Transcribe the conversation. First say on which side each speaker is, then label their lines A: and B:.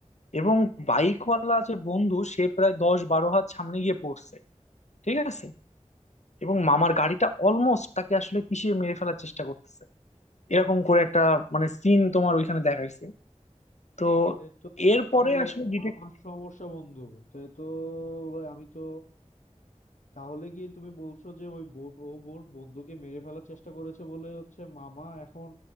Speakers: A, on the left (about 65°); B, on the left (about 85°).
A: এবং বাইকওয়ালা যে বন্ধু সে প্রায় দশ বারো হাত সামনে গিয়ে পড়ছে ঠিক আছে এবং মামার গাড়িটা অলমোস্ট তাকে আসলে পিষে মেরে ফেলার চেষ্টা করতেছে এরকম করে একটা মানে সিন তোমার ওইখানে দেখাইছে তো
B: এ তো
A: এরপরে
B: তাহলে
A: আসলে ডিটেক্ট
B: আমার সমস্যা বন্ধু সে তো আমি তো তাহলে কি তুমি বলছো যে ওই বো- ও ওর বন্ধুকে মেরে ফেলার চেষ্টা করেছে বলে হচ্ছে মামা এখন